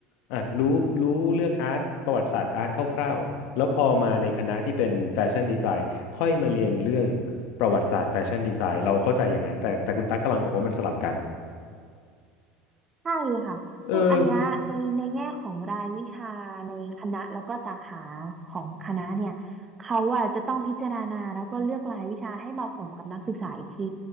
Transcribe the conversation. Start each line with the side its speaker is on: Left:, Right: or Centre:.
Left: อ่ะรู้รู้เรื่องอาร์ตประวัติศาสตร์อาร์ตคร่าวๆแล้วพอมาในคณะที่เป็นแฟชั่นดีไซน์ค่อยมาเรียนเรื่องประวัติศาสตร์แฟชั่นดีไซน์เราเข้าใจอย่างนั้นแต่แต่คุณตั๊กกำลังบอกว่ามันสลับกัน
Right: ใช่ค่ะคืออันเนี้ยในในแง่ของรายวิชาในคณะแล้วก็สาขาของคณะเนี่ยเขาอ่ะจะต้องพิจารณาแล้วก็เลือกรายวิชาให้เหมาะสมกับนักศึกษาอีกที
Left: เออ